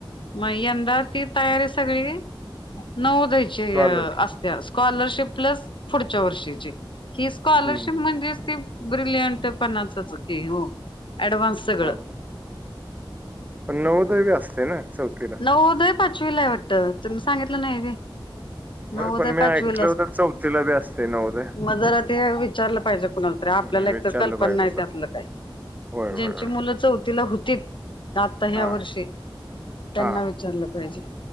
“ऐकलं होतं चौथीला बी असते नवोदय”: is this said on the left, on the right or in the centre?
Right